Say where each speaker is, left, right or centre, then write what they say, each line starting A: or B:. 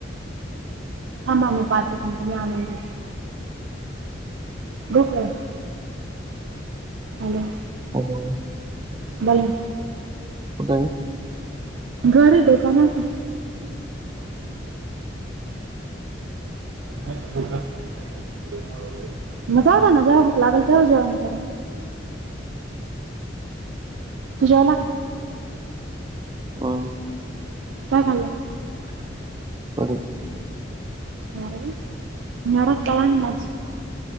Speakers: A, on the right; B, on the right.
A: थांबा मग पाच, एक मिनिट मी आणून देते गोकळ. हॅलो.
B: हॅलो.
A: बला.
B: हॅलो.
A: घरी दोकानात हाय.
B: हम्.
A: हो. ते मळू होहेल <unintelligible> मजा ना जेव्हा भूक लागल तेव जेवन करन. जेवला का.
B: ह.
A: काय खाल.
B: काय खाल्लं, हो.
A: हर ण्याडा काळां माझी.